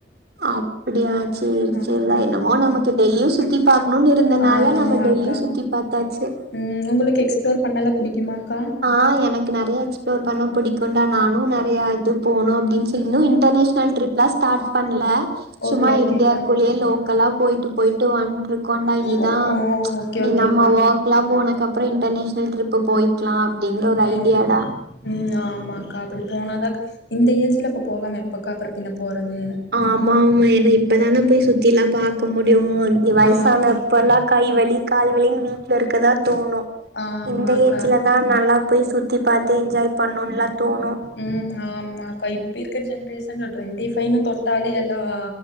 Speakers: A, on the right; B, on the left.
A: அப்டியா செரி
B: ஆமாக்கா
A: செரிடா என்னமோ நமக்கு டெலியு சுத்தி பாகக்கணும்னு இருந்தனால
B: ஆமாக்கா
A: நம்ம டெயிலியு சுத்தி பாத்தாச்சு
B: ம் உங்களுக்கு எக்ஸ் ப்ளோர் பண்ணாலா பிடிக்குமாக்கா
A: ஆ எனக்கு நெறைய எக்ஸ்ப்ளோர் பண்ண பிடிக்கும்டா நானு நெறைய
B: ஓ
A: இது போனு அப்டின்னு சொல்ல இன்னு இன்ர்நேஷனல் ட்ரிப்லாம் ஸ்டார்ட் பண்ணல சும்மா
B: ஓகே ஓகேக்கா
A: இந்தியாக்குள்ளயே லோக்கலா போயிட்டு போயிட்டு வந்ட்டு இருக்கொண்டா இனிதா
B: ஓ ஓ ஓகே
A: இனி
B: ஓகேக்கா
A: நம்மவொர்க் ல்லா போனக்கு அப்புறோ இன்டர்நேஷனல் ட்ரிப்பு போய்க்கலா அப்டிங்கிற ஒரு ஐடியாடா
B: ம் ம் ஆமா அக்கா அப்டி போனாதா இந்த ஏஜ்ல அப்ப போகாம எப்பக்கா அப்புற பின்ன போறது
A: ஆமா ஆமா ஏன்னா இப்பதானே போய் சுத்தி எல்லா பாக்க முடியு இனி வயசான
B: ஆமாக்கா
A: அப்பல்லா கைவலி கால்வலின் வீட்டுல இருக்கதா தோணு
B: ஆமாக்கா
A: இந்த ஏஜ்ல தா நல்லா போய் சுத்தி பாத்து என்ஜாய் பண்ணும்லா தோணு
B: ம் ஆமாக்க இப்ப இருக்கிற ஜெனரேஷன்ல டுவெண்ட்டி ஃவைனு தொட்டாலே எல்லாம்